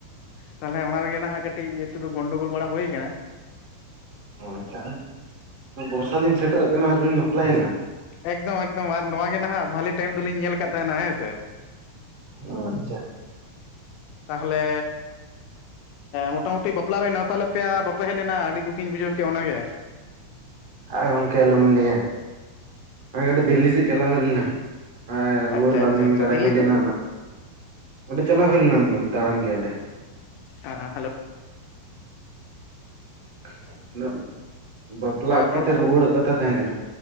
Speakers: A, on the left; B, on the right.
A: ᱛᱟᱦᱚᱞᱮ ᱚᱱᱟ ᱨᱮᱜᱮ ᱱᱟᱦ ᱠᱟᱹᱴᱤᱡ ᱠᱟᱹᱴᱤᱡ ᱤᱭᱟᱹ ᱛᱮᱫᱚ ᱜᱚᱸᱱᱰᱳ ᱜᱳᱞ ᱵᱟᱲᱟ ᱦᱩᱭ ᱟᱠᱟᱱᱟ᱾
B: ᱚ ᱟᱪᱪᱷᱟ ᱵᱚᱨᱥᱟ ᱫᱤᱱ ᱥᱮᱴᱮᱨᱚᱜ ᱠᱟᱱᱟ ᱟᱨᱵᱤᱱ ᱵᱟᱯᱞᱟᱭᱮᱱᱟ?
A: ᱮᱠᱫᱚᱢ ᱮᱠᱫᱚᱢ ᱟᱨ ᱱᱚᱣᱟ ᱜᱮ ᱱᱟᱦᱟᱜ ᱵᱷᱟᱞᱤ ᱴᱟᱭᱤᱢ ᱫᱚᱞᱤᱧ ᱧᱮᱞ ᱠᱟᱜ ᱛᱟᱦᱮᱱᱟ ᱦᱮᱸ ᱥᱮ᱾
B: ᱚ ᱟᱪᱪᱷᱟ
A: ᱛᱟᱦᱚᱞᱮ ᱢᱚᱴᱟᱢᱩᱴᱤ ᱵᱟᱯᱞᱟ ᱨᱮ ᱱᱮᱣᱛᱟ ᱞᱮᱫ ᱯᱮᱭᱟ ᱵᱟᱯᱮ ᱦᱮᱡ ᱞᱮᱱᱟ ᱟᱹᱰᱤ ᱫᱩᱠᱤᱧ ᱵᱩᱡᱷᱟᱹᱣ ᱠᱮᱭᱟ ᱚᱱᱟ ᱜᱮ᱾
B: ᱟᱨ ᱜᱚᱢᱠᱮ ᱟᱞᱚᱢ ᱞᱟᱹᱭᱟ᱾ ᱠᱟᱴᱤᱜ ᱫᱤᱞᱞᱤ ᱥᱮᱫ ᱪᱟᱞᱟᱣ ᱦᱩᱭ ᱞᱮᱱᱟ ᱨᱩᱣᱟᱹᱲ
A: ᱟᱪᱪᱷᱟ
B: ᱵᱟᱝ
A: ᱟᱪᱪᱷᱟ ᱟᱪᱪᱷᱟ
B: ᱫᱟᱲᱮ
A: ᱫᱤᱞᱞᱤ
B: ᱦᱩᱭ ᱞᱮᱱᱟ
A: ᱫᱚ
B: ᱚᱱᱟ ᱚᱸᱰᱮ ᱪᱟᱞᱟᱣ ᱦᱩᱭ ᱞᱮᱱᱟ ᱫᱟᱬᱟᱱ ᱜᱮ ᱚᱸᱰᱮ᱾
A: ᱦᱮᱞᱳ᱾
B: <unintelligible> ᱵᱟᱯᱞᱟ ᱚᱠᱛᱮ
A: ᱨᱚᱲ
B: ᱛᱮ
A: ᱵᱟᱝ
B: ᱨᱩᱣᱟᱹᱲᱚᱜ
A: ᱟᱸᱡᱚᱢᱚᱜ
B: ᱠᱟᱛᱷᱟ ᱛᱟᱦᱮᱸ ᱠᱟᱱᱟ,